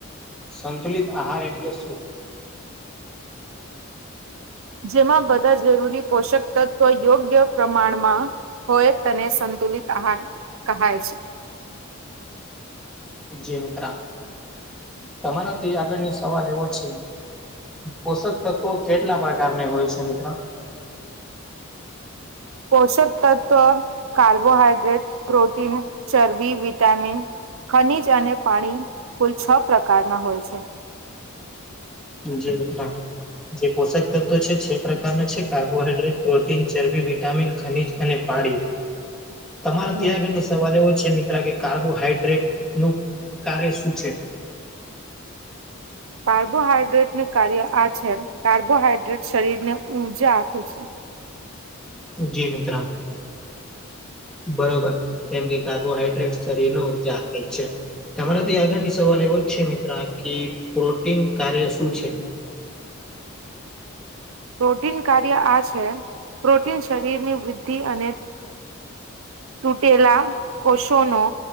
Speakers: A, in the centre; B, on the right.
A: સંતુલિત આહાર એટલે શું
B: જેમાં બધા જરૂરી પોષક તત્વ યોગ્યવયોગ પ્રમાણમાં હોય તેને સંતુલિત આહાર કહેવાય છે
A: જી મિત્ર તમારાથી આગળની સવાલ એવો છે પોષક તત્વો કેટલા પ્રકારના હોય છે મિત્ર
B: પોષક તત્વ કાર્બોહાઈડ્રેટ પ્રોટીન ચરબી વિટામિન ખનીજ અને પાણી કુલ છ પ્રકારના હોય છે
A: જો મિત્ર જે પોષક તત્વો છે છ પ્રકારના છે કાર્બોહાઈડ્રેટ પ્રોટીન ચરબી વિટામિન ખનીજ અને પાણી તમારા
B: હમ
A: ત્યાં આગળની સવાલ એવો છે મિત્ર કે કાર્બોહાઈડ્રેટ નું કાર્ય શું છે
B: કાર્બોહાઈડ્રેટને કાર્ય આ છે કાર્બોહાઈડ્રેટ શરીરને ઊર્જા આપે છે
A: જી મિત્ર બરોબર કેમ કે કાર્બોહાઈડ્રેટ શરીર ન ઉર્જાે છે તમારાથી આગળની સવાલ એવો જ છે મિત્ર કે પ્રોટીન કાર્ય શું છે
B: પ્રોટીન કાર્ય આ છે પ્રોટીન શરીરની વૃદ્ધિ અને તૂટેલા કોષો નો